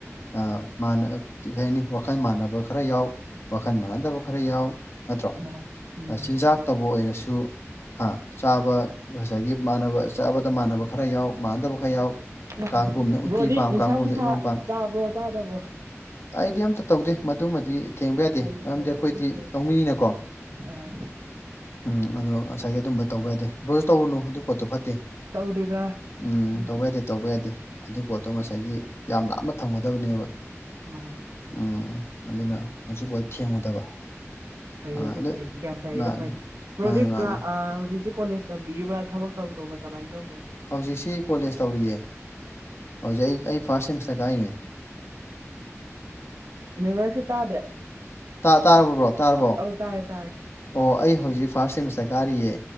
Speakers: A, on the left (about 55°); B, on the right (about 80°).
A: ꯅ ꯀ ꯀ ꯍꯥꯏꯅꯤ ꯋꯥꯈꯜ ꯃꯥꯟꯅꯕ ꯈꯔ ꯌꯥꯎ ꯋꯥꯈꯜ ꯃꯥꯟꯅꯗꯕ ꯈꯔ ꯌꯥꯎ ꯅꯠꯇ꯭ꯔꯣ
B: ꯃꯥꯅꯤ ꯎꯝ
A: ꯆꯤꯟꯖꯥꯛ ꯇꯧꯕ ꯑꯣꯏꯔꯁꯨ ꯍꯥ ꯆꯥꯕ ꯉꯁꯥꯏꯒꯤ ꯃꯥꯟꯅꯕ ꯆꯥꯕꯗ ꯃꯥꯟꯅꯕ ꯈꯔ ꯌꯥꯎ ꯃꯥꯟꯅꯗꯕ ꯈꯔ ꯌꯥꯎ
B: ꯃꯥꯅꯤ
A: ꯀꯥꯡꯒꯨꯝꯅ ꯎꯇꯤ
B: ꯕ꯭ꯔꯣꯗꯤ
A: ꯄꯥꯝ
B: ꯅꯤꯁꯥ
A: ꯀꯥꯡꯒꯨꯝꯅ
B: ꯄꯨꯁꯥ
A: ꯏꯔꯣꯝ ꯄꯥꯝ
B: ꯆꯥꯕ꯭ꯔꯣ ꯆꯥꯗꯕ꯭ꯔꯣ
A: ꯑꯩꯗꯤ ꯑꯝꯇ ꯇꯧꯗꯦ ꯃꯗꯨꯃꯗꯤ ꯊꯦꯡꯕ ꯌꯥꯗꯦ
B: ꯐꯩꯌꯦ
A: ꯃꯔꯝꯗꯤ
B: ꯐꯩꯌꯦ
A: ꯑꯩꯈꯣꯏꯗꯤ
B: ꯑꯗꯨ ꯐꯩ
A: ꯂꯧꯃꯤꯅꯤꯤꯅꯀꯣ
B: ꯑꯥ
A: ꯎꯝ ꯑꯗꯣ ꯉꯁꯥꯏꯒꯤ ꯑꯗꯨꯝꯕ ꯇꯧꯕ ꯌꯥꯗꯦ ꯕ꯭ꯔꯣꯁ ꯇꯧꯔꯨꯅꯨ ꯑꯗꯨ ꯄꯣꯠꯇꯣ ꯐꯠꯇꯦ
B: ꯇꯧꯗꯦꯗ
A: ꯎꯝ
B: ꯑꯩꯕꯨꯗꯤ
A: ꯇꯧꯕ ꯌꯥꯗꯦ ꯇꯧꯕ ꯌꯥꯗꯦ ꯑꯗꯨ ꯄꯣꯠꯇꯣ ꯉꯁꯥꯏꯒꯤ ꯌꯥꯝ ꯂꯥꯞꯅ ꯊꯝꯒꯗꯕꯅꯦꯕ
B: ꯃꯥꯅꯤ
A: ꯎꯝ ꯑꯗꯨꯅ ꯍꯧꯖꯤꯛꯐꯥꯎ ꯊꯦꯡꯉꯨꯗꯕ
B: ꯐꯩ
A: ꯑꯥ
B: ꯑꯗꯨ
A: ꯑꯗꯣ
B: ꯐꯩ ꯒ꯭ꯌꯥꯟ ꯇꯥꯔꯤꯗꯣ
A: ꯃꯥꯅꯦ
B: ꯐꯩ ꯄ꯭ꯔꯣꯗꯛ
A: ꯃꯥꯅꯦ ꯃꯥꯅꯦ
B: ꯍꯧꯖꯤꯛꯁ ꯀꯣꯂꯦꯖ ꯇꯝꯕꯤꯔꯤꯕ꯭ꯔꯥ ꯊꯕꯛ ꯇꯧ ꯇꯧꯅ ꯀꯃꯥꯏꯅ ꯇꯧꯕꯅꯣ
A: ꯍꯧꯖꯤꯛꯁꯤ ꯀꯣꯂꯦꯖ ꯇꯧꯔꯤꯌꯦ ꯍꯧꯖꯤꯛ ꯑꯩ ꯑꯩ ꯐꯥꯔꯁ ꯁꯦꯃꯤꯁꯇꯔ ꯀꯥꯏꯔꯤꯅꯦ
B: ꯦꯚꯔꯁꯦ ꯇꯥꯗ꯭ꯔꯦ
A: ꯥ ꯇꯥꯔꯕꯔꯕ꯭ꯔꯣ ꯇꯥꯔꯕ꯭ꯔꯣ
B: ꯑꯧ ꯇꯥꯔꯦ ꯇꯥꯔꯦ
A: ꯑꯣ ꯑꯩ ꯍꯧꯖꯤꯛ ꯐꯥꯔꯁ ꯁꯦꯃꯤꯁꯇꯔ ꯀꯥꯔꯤꯌꯦ